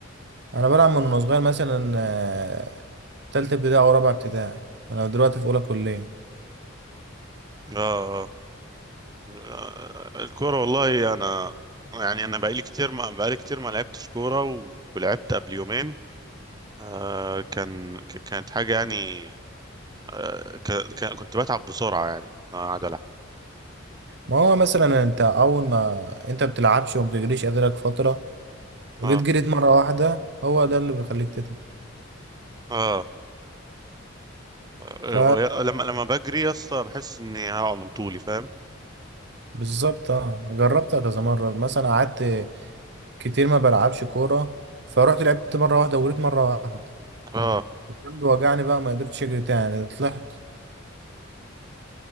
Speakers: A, on the right; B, on the right.
A: انا بلعب من وانا صغير مثلا آه، تالتة ابتدائي او رابعة ابتدائي انا دلوقتي في اولى كلية
B: اه آه، الكورة والله انا يعني انا بقالي كتير ما بقالي كتير ما لعبتش كورة و- ولعبت قبل يومين آه كان ك- كانت حاجة يعني آه ك- ك- كنت بتعب بسرعة يعني انا قاعد العب
A: ما هو مثلا انت اول ما انت بتلعبش وما بتجريش قادرك فترة وجيت
B: اه
A: جريت مرة واحدة هو ده اللي بيخليك تتعب
B: اه آه،
A: ف
B: ويا- لما لما بجري يا اسطى بحس اني هقع من طولي فاهم؟
A: بالظبط اه جربتها كذا مرة مثلا قعدت كتير ما بلعبش كورة فرحت لعبت مرة واحدة وجريت مرة واحدة
B: اه
A: الجنب وجعني بقى ما قدرتش اجري تاني طلعت